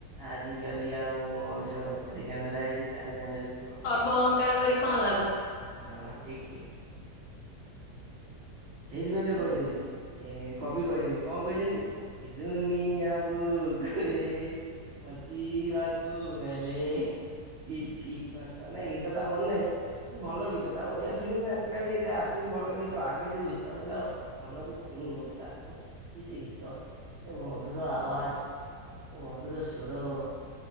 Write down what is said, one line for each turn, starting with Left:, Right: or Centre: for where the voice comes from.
Right: ଆଜିିକାଲି ଆଉ ମଣିଷ ଚାରି କାନ୍ଧରେ ଆଇଛି ଚାରି କାନ୍ଧରେ ଯିବ।
Left: ବ ଅହଙ୍କାର କରି କଣ ଲାଭ।
Right: ହଁ ଠିକ୍ ଠିକ୍। ସେଇଥିପାଇଁ ତ କହିଛନ୍ତି ଏ କବି କହିଛନ୍ତି କଣ କହିଛନ୍ତି ଏ ଦୁନିଆ ବୁକ ରେ ବଞ୍ଚିବାକୁ ହେଲେ କିଛି କଷ୍ଟ ନାଇଁ ଗୀତ ଟା ମନ ନାହିଁ। ଭଲ ଗୀତଟା ଓଡିଆ ଫିଲ୍ମ ଆଜିିକାଲି ଏତେ ଆସୁନି ଭଲ ଗୀ ତ ଆଗେ ଯୋଉ ଗୀତ ଆଉଥିଲା ଉଫ୍ ମନକୁ କିଣି ନଉଥିଲା ଉଫ୍ କି ସେ ଗୀତ। ସେ ମଧୁର ଆୱାସ ସେ ମଧୁର ସ୍ୱର।